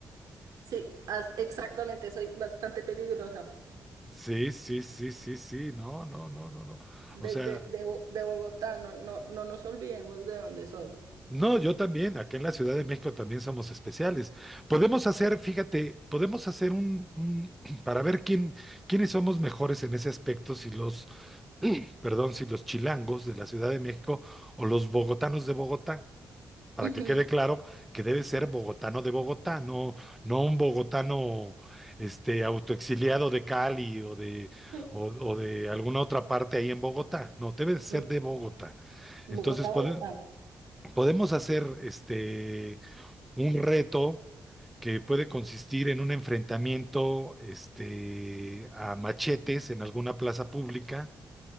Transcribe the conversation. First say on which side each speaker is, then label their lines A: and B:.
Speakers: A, on the right; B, in the centre.
A: Sí, as- exactamente, soy bastante peligrosa.
B: Sí, sí, sí, sí, sí, no, no, no, no, no.
A: De,
B: O sea,
A: de, de, Bo- de Bogotá, no, no, no nos olvidemos de dónde soy.
B: no, yo también, acá en la Ciudad de México también somos especiales. Podemos hacer, fíjate, podemos hacer un, un- <clears throat> para ver quién, quiénes somos mejores en ese aspecto, si los, <clears throat> perdón, si los chilangos de la Ciudad de México o los bogotanos de Bogotá. para
A: Ujú.
B: que quede claro que debe ser bogotano de Bogotá, no, no un bogotano este, autoexiliado de Cali o de,
A: <laughs>
B: o, o de alguna otra parte ahí en Bogotá, no, debe ser
A: Mm,
B: de Bogotá.
A: Bogotá,
B: Entonces
A: Bogotá.
B: pode- podemos hacer este, un reto que puede consistir en un enfrentamiento este, a machetes en alguna plaza pública